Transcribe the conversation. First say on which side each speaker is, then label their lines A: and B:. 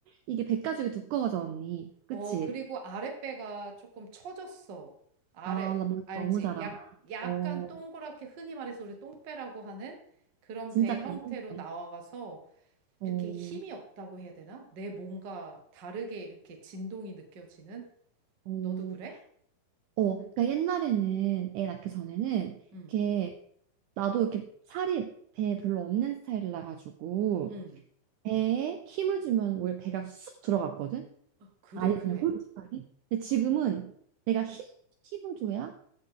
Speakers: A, on the right (about 85°); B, on the right (about 55°).
A: 이게 백가죽이 두꺼워져, 언니. 그치?
B: 어, 그리고 아랫배가 조금 처졌어. 아래,
A: 아, 나 몸
B: 알지?
A: 너무 잘
B: 약,
A: 알아.
B: 약간
A: 어,
B: 동그랗게 흔히 말해서 우리 똥배라고 하는 그런
A: 진짜
B: 배
A: 그냥
B: 형태로
A: 똥살.
B: 나와가서
A: 어,
B: 이렇게 힘이 없다고 해야 되나? 내 뭔가 다르게 이렇게 진동이 느껴지는?
A: 어.
B: 너도 그래?
A: 어, 그러니까 옛날에는 애 낳기 전에는
B: 응,
A: 이렇게 나도 이렇게 살이 배에 별로 없는 스타일이라 가지고
B: 응.
A: 배에 힘을 주면 오히려 배가 쑥 들어갔거든.
B: 그래,
A: 아예
B: 그래,
A: 그냥 홀쭉하게. 근데 지금은
B: 그래.
A: 내가 힘 힘을 줘야